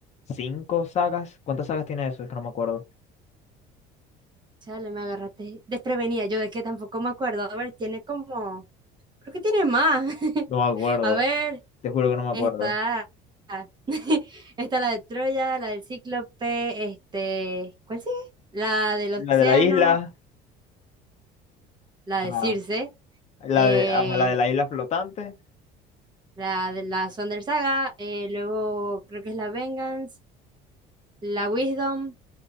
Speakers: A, on the left; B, on the right.
A: cinco sagas. ¿Cuántas sagas tiene eso? Es que no me acuerdo.
B: Chale, me agarraste desprevenida. Yo de que tampoco me acuerdo. A ver, tiene como... Creo que tiene más. <laughs>
A: No me acuerdo.
B: A ver,
A: Te juro que no me acuerdo.
B: está... <laughs> Está la de Troya, la del Cíclope, este... ¿Cuál sigue? La del
A: La
B: Océano,
A: de la isla.
B: la
A: ajá.
B: de Circe,
A: La
B: eh,
A: de, ajá, la de la isla flotante.
B: la de la Sonder Saga, eh, luego creo que es la Vengeance, la Wisdom.